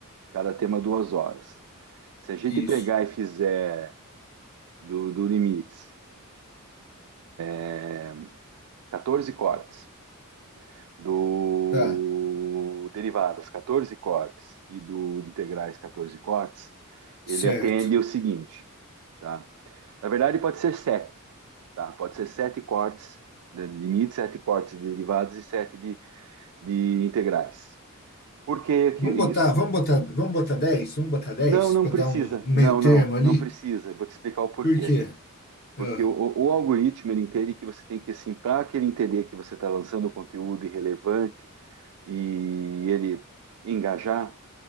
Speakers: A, on the right; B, on the left.
A: Cada tema duas horas. Se a gente
B: Isso.
A: pegar e fizer do, do limites, é, 14 cortes, do
B: Tá,
A: derivadas, 14 cortes e do integrais, 14 cortes,
B: certo.
A: ele atende o seguinte, tá? Na verdade, pode ser sete, tá? Pode ser sete cortes de limites, sete cortes de derivadas e sete de, de integrais. Por que que
B: Vamos
A: isso?
B: botar, vamos botar, vamos botar dez vamos botar 10
A: Não, não
B: para
A: precisa.
B: dar um um meio
A: Não,
B: termo
A: não, não
B: ali.
A: precisa. Vou te explicar o porquê.
B: Por quê?
A: Porque
B: Ah,
A: o, o- o algoritmo ele entende que você tem que assim, para que ele entender que você está lançando conteúdo irrelevante e ele engajar,